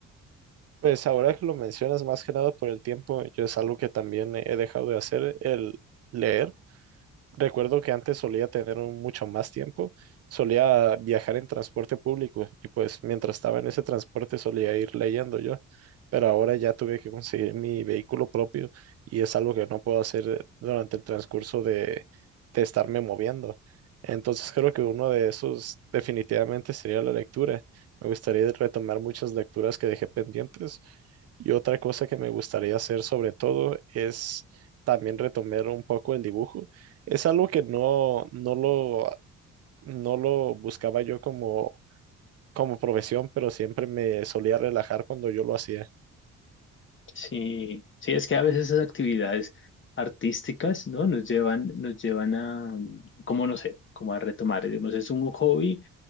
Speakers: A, on the right; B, on the left.
A: Pues ahora que lo mencionas más que nada por el tiempo, yo es algo que también he dejado de hacer, el leer. Recuerdo que antes solía tener un- mucho más tiempo, solía viajar en transporte público y pues mientras estaba en ese transporte solía ir leyendo yo, pero ahora ya tuve que conseguir mi vehículo propio y es algo que no puedo hacer durante el transcurso de, de estarme moviendo. Entonces creo que uno de esos definitivamente sería la lectura. Me gustaría retomar muchas lecturas que dejé pendientes. Y otra cosa que me gustaría hacer sobre todo es también retomar un poco el dibujo. Es algo que no, no lo, no lo buscaba yo como, como profesión, pero siempre me solía relajar cuando yo lo hacía.
B: Sí, sí, es que a veces esas actividades artísticas, ¿no? Nos llevan, nos llevan a, como no sé, como a retomar, digamos, es un hobby